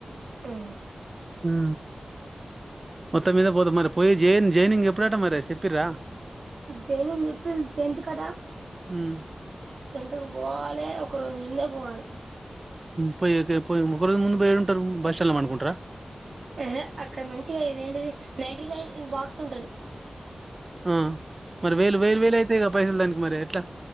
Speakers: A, on the right; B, on the right.
A: ఆమ్
B: ఆ మొత్తం మీద పోతా మరి పోయి జైన్ జైనింగ్ ఎప్పుడట మరి చెప్పిరా
A: జైనింగ్ చెప్పి టెన్త్ కథ
B: హమ్
A: ఎంతకు పోవాలే ఒక రోజు ముందే పోవాలే
B: పోయి పోయి ఒక రోజు ముందు పోయడుంటారు బస్ స్టాండ్ లో పనుకుంటార
A: అహ అక్కడ మంచిగా ఇది ఏంటిది నైన్టీ నైన్ బాక్స్ ఉంటది
B: ఆమ్ మరి వేలు వేలు వేలు అయితే క పైసలు దానికి మరి ఎట్లా